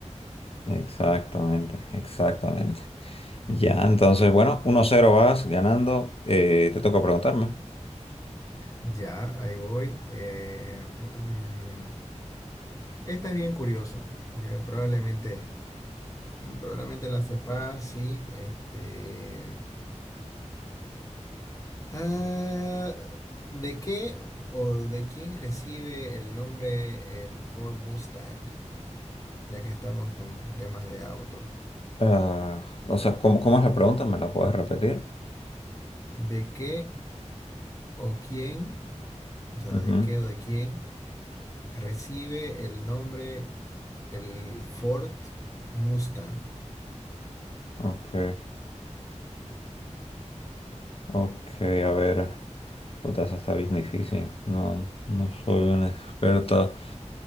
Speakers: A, on the left (about 50°); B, on the left (about 25°).
A: Exactamente, exactamente. Ya, entonces, bueno, uno cero vas ganando. Eh, te toca preguntarme.
B: Ya, ahí voy. Eh, mm, esta es bien curiosa. eh, probablemente, mm, probablemente la sepas, sí. Este, ah, ¿de qué o de quién recibe el nombre el Ford Mustang? Ya que estamos con, con temas de auto.
A: Ah, o sea, ¿cómo, cómo es la pregunta? ¿Me la puedes repetir?
B: ¿De qué o quién, o sea,
A: Ujú,
B: de qué o de quién recibe el nombre el Ford Mustang?
A: Ok, ok, a ver. Puta, esa está bien difícil. No, no soy una experta.